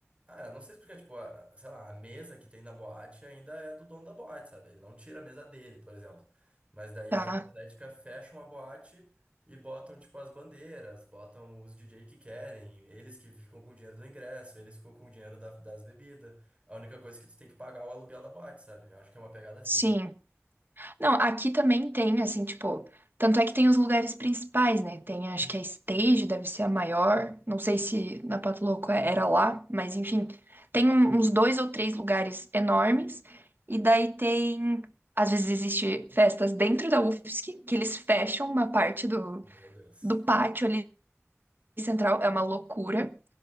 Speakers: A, on the right; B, on the right.
A: Ah, eu não sei explicar, tipo, a, sei lá, a mesa que tem na boate ainda é do dono da boate, sabe? Ele não tira a mesa dele, por exemplo. Mas daí
B: Tá.
A: as atléticas fecham a boate e botam, tipo, as bandeiras, botam os DJ que querem, eles que ficam com o dinheiro do ingresso, eles ficam com o dinheiro da- das bebidas. A única coisa é que tu tem que pagar é o aluguel da boate, sabe? Eu acho que é uma pegada assim.
B: Sim. Não, aqui também tem, assim, tipo, tanto é que tem os lugares principais, né? Tem, acho que a Stage deve ser a maior. Não sei se na Pato Louco é- era lá, mas enfim, tem um- uns dois ou três lugares enormes. E daí tem, às vezes existe festas dentro da UFSC, que eles fecham uma parte do,
A: Meu Deus.
B: do pátio ali central, é uma loucura.